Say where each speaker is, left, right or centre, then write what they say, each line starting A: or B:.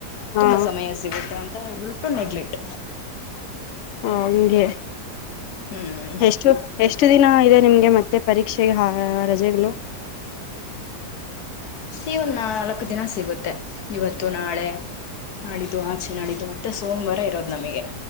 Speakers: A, on the left (about 90°); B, on the left (about 70°).
A: ಹಾ
B: ತುಂಬಾ ಸಮಯ ಸಿಗುತ್ತೆ ಅ. ಒಬಟ್ಟು ನೆಗ್ಲೆಕ್ಟ್.
A: ಹಾ ಹಂಗಗೆ.
B: ಹ್ಮ್
A: ಎಷ್ಟು ಎಷ್ಟು ದಿನ ಇದೆ. ನಿಮ್ಗೆ ಮತ್ತೆ ಪರೀಕ್ಷೆಗೆ ರಜೆಗಳು.
B: ಈವನ್ನ ನಾಲ್ಕು ದಿನ ಸಿಗುತ್ತೆ. ಇವತ್ತು ನಾಳೆ. ನಾಡಿದ್ದು ಆಚೆ ನಾಡಿದ್ದು ಮತ್ತೆ ಸೋಮವಾರ ಇರೋದು ನಮಗೆ.